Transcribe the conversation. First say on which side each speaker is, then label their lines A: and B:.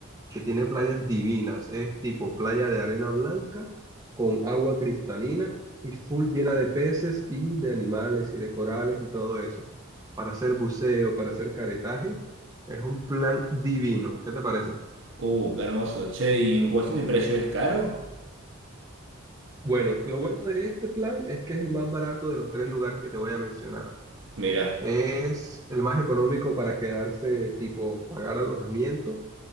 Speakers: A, on the right; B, on the right.
A: que tiene playas divinas. Es tipo playa de arena blanca con agua cristalina y full llena de peces y de animales y de corales y todo eso. Para hacer buceo, para hacer caretaje, es un plan divino. ¿Qué te parece?
B: Uh, qué hermoso. Che, y en cuestión de precio es caro?
A: Bueno, lo bueno de este plan es que es el más barato de los tres lugares que te voy a mencionar.
B: Mira,
A: Es el más económico para quedarse, tipo, pagar alojamiento